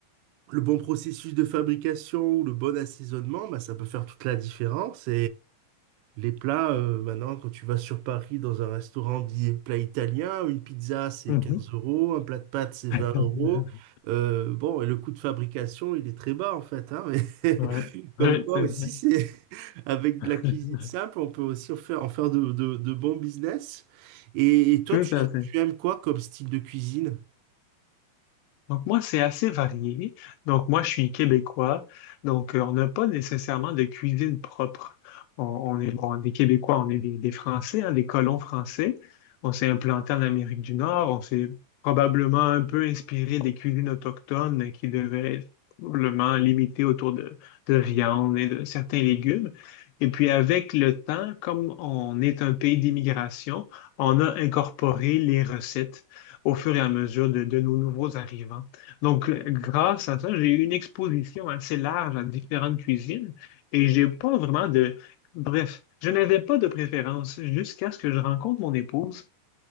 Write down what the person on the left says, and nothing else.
Mmh
<laughs>
mh.
Ouais.
Ouais,
c'est
vrai.
<laughs>
Tout
à fait.
Donc moi, c'est assez varié. Donc moi, je suis québécois. Donc euh, on n'a pas nécessairement de cuisine propre. On, on est bon, des Québécois, on est des, des Français, hein, des colons français. On s'est implanté en Amérique du Nord. On s'est probablement un peu inspiré des cuisines autochtones qui devaient être probablement limitées autour de, de viande et de certains légumes. Et puis avec le temps, comme on est un pays d'immigration, on a incorporé les recettes au fur et à mesure de, de nos nouveaux arrivants. Donc, euh, grâce à ça, j'ai eu une exposition assez large à différentes cuisines et j'ai pas vraiment de... Bref, je n'avais pas de préférence jusqu'à ce que je rencontre mon épouse